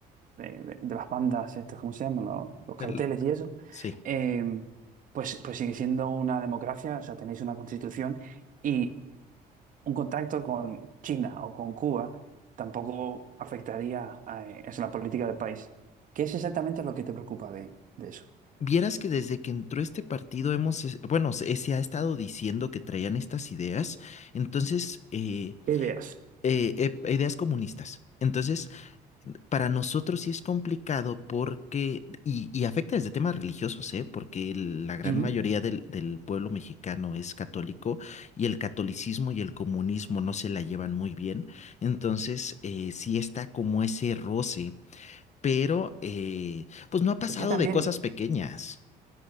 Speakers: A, on the right (about 50°); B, on the left (about 45°).
A: de, de- de las bandas, estas, ¿cómo se llaman? Los, los carteles
B: el-
A: y eso,
B: sí.
A: eh, pues, pues sigue siendo una democracia, o sea, tenéis una constitución y un contacto con China o con Cuba tampoco afectaría a, eh, es la política del país. ¿Qué es exactamente lo que te preocupa de, de eso?
B: Vieras que desde que entró este partido hemos, es- bueno, se, se ha estado diciendo que traían estas ideas, entonces, eh,
A: ¿Qué ideas?
B: eh, eh, ideas comunistas. Entonces, Para nosotros sí es complicado porque, y, y afecta desde temas religiosos, ¿eh? Porque el- la gran
A: Ujú.
B: mayoría del, del pueblo mexicano es católico y el catolicismo y el comunismo no se la llevan muy bien. Entonces, eh, sí está como ese roce, pero eh, pues no ha pasado
A: Es que también
B: de cosas pequeñas.